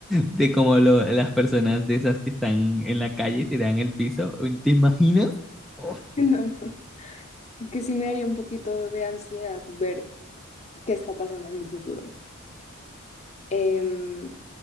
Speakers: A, in the centre; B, on the left.
A: de como lo- las personas de esas que están en la calle, tiradas en el piso, Uy, ¿te imaginas? Oh,
B: <laughs> no, no, que sí me daría un poquito de ansiedad ver qué está pasando en mi futuro. Em,